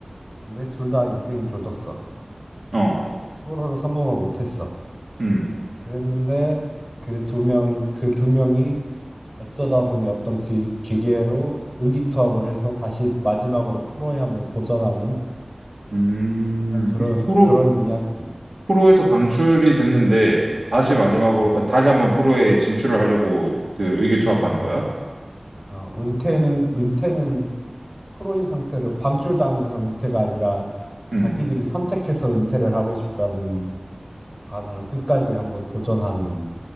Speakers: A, on the right (about 25°); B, on the right (about 75°).
A: 근데 둘 다 인생이 조졌어.
B: 어.
A: 서로로 성공을 못했어.
B: 음,
A: 그랬는데 그 두 명, 그 두 명이 어쩌다 보니 어떤 기, 기계로 의기투합을 해서 다시 마지막으로 프로에 한번 도전하는
B: 음,
A: 그냥 그런
B: 이게 프로,
A: 그런 이야기.
B: 프로에서 방출이 됐는데, 다시 마지막으로,
A: 음,
B: 아, 다시 한번 프로에 진출을 하려고 그 의기투합하는
A: 음,
B: 거야?
A: 아, 은퇴는 은퇴는 프로인 상태로 방출당해서 은퇴가 아니라
B: 음,
A: 자기들이 선택해서 은퇴를 하고 싶다는 관화로 끝까지 한번 도전하는